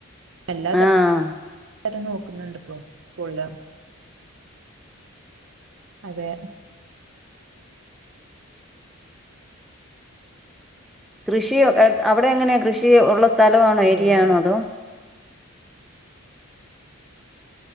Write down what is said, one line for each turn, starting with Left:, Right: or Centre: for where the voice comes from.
Right: എല്ലാം തരം
Centre: ആഹ്
Right: <unintelligible> നോക്കുന്ന്ണ്ട് ഇപ്പോ സ്കൂളിലം അതെ
Centre: കൃഷി അവിടെ എങ്ങനെ കൃഷി ഉള്ള സ്ഥലവാണോ
Right: അതെ
Centre: ഏരിയ
Right: അതെ
Centre: ആണോ അതോ